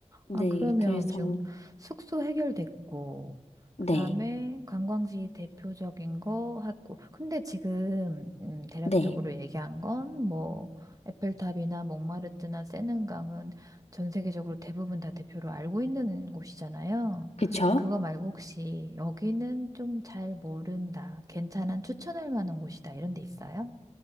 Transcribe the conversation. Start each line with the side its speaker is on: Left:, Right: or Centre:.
Left: 네,
Right: 아, 그러면
Left: 그래서,
Right: 지금 숙소 해결됐고,
Left: 네,
Right: 그 다음에 관광지 대표적인 거 하고, 근데 지금, 음, 대략적으로
Left: 네.
Right: 얘기한 건, 뭐, 에펠탑이나 몽마르트나 세는강은 전 세계적으로 대부분 다 대표로 알고 있는 곳이잖아요.
Left: 그쵸?
Right: 그거 말고 혹시 여기는 좀 잘 모른다, 괜찮은 추천할 만한 곳이다, 이런 데 있어요?